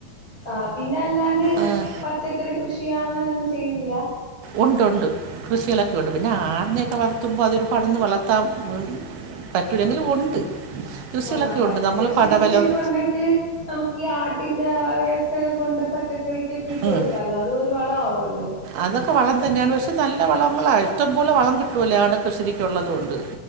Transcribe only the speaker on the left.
ആഹ് പിന്നെ അല്ലാണ്ട്
പച്ചക്കറി കൃഷിയാ അങ്ങനെയൊന്നും ചെയ്യുന്നില്ല
ആഹ് പച്ചക്കൃഷി
കൃഷിയൊക്കെ ഉണ്ടെങ്കില് നമുക്ക് ഈ ആട്ടിന്റെ വേസ്റ്റൊക്കെ കൊണ്ട് പച്ചക്കറിക്കൊക്കെ ഇട്ട് കൊടുക്കാലോ
അത് പോലെ വളം ആവൂല്ലോ